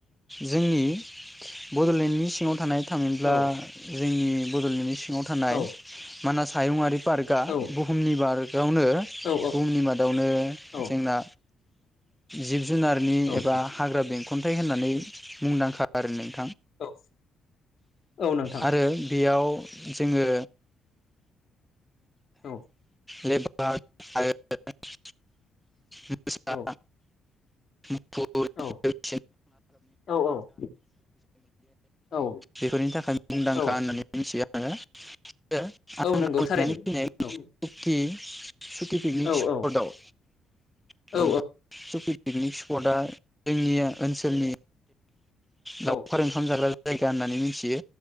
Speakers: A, in the centre; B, on the left.
A: जोंनि बड'लेण्डनि सिङाव थानाय थामिनब्ला
B: औ
A: जोंनि बड'लेण्डनि सिङाव थानाय
B: औ
A: मानास हायुंङरि पार्कआ
B: औ
A: बुहुमनि बार्क बेयावनो
B: औ
A: बुहुमनि मादावनो
B: औ
A: जोंना जि जुनारनि
B: औ
A: एबा हाग्रा बेंखन्थाइ होननानै मुंदांखा आरो नों
B: औ ' औ नोंथां
A: आरो बेयाव जोङो
B: औ
A: लेवपारद आरो मोसा
B: औ
A: मुफुर
B: औ
A: <unintelligible>
B: औ औ
A: बेफोरनि थाखाय मुंदांखा
B: औ
A: होननानै मिथियो आरो <unintelligible> फैनाय
B: औ नंगौ थारैनो औ
A: सुकि पिकनिक
B: औ
A: स्पटआव
B: औ
A: पिकनिक
B: औ
A: स्पटआ जोंनिया ओनसोलनि
B: औ
A: लावखार ओंखाम जाग्रा जायगा होननानै मिथियो